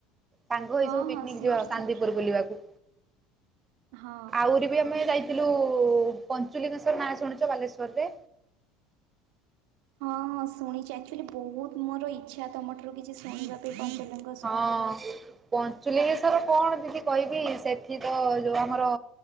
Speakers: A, on the right; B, on the right.
A: ସାଙ୍ଗ ହେଇ
B: ହଁ
A: ସବୁ ପିକନିକ
B: ହଁ ସିଓର୍
A: ଯିବା ଚାନ୍ଦିପୁର
B: ସିଓର୍
A: ବୁଲିବାକୁ।
B: ହଁ
A: ଆଉରି ବି ଆମେ ଯାଇ ଥିଲୁ, ପଞ୍ଚୁଲିଙ୍ଗେଶ୍ୱର ନାଁ ଶୁଣିଚ ବାଲେଶ୍ୱରରେ?
B: ହଁ, ହଁ ଶୁଣିଚି ଆକ୍ଚୁଲି ବହୁତ ମୋର ଇଚ୍ଛା ତୋମଠାରୁ କିଛି ଶୁଣିବାକୁ ପଞ୍ଚୁଲିଙ୍ଗ
A: ହଁ ପଞ୍ଚୁଲିଙ୍ଗେଶ୍ୱର କଣ ଦିଦି କଇ ବି ସେଠି ତ ଯୋଉ ଆମର